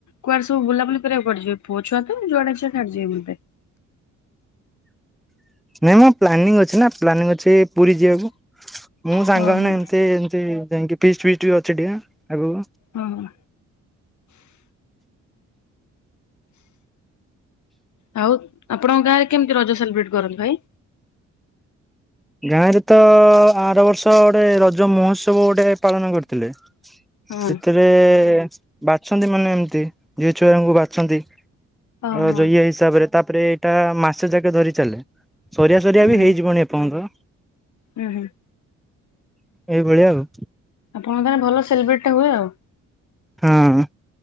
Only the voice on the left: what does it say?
କୁଆଡେ ସବୁ ବୁଲାବୁଲି କରିବାକୁ ପଡିିଯିବ ପୁଅଛୁଆ ତ ଯୁଆଡେ ଇଛା ସିଆଡେ ଯିବେ ମତେ
ହଁ ହଁ
ହଁ। ହଉ। ଆପଣଙ୍କ ଗାଁରେ କେମିତି ରଜ ସେଲିବ୍ରେଟ୍ କରନ୍ତି ଭାଇ?
ହଁ
ଓହୋ
ହୁଁ
ହୁଁ
ହୁଁ ହୁଁ।
ଆପଣଙ୍କ ଭଲ ସେଲିବ୍ରେଟଟା ହୁଏ ଆଉ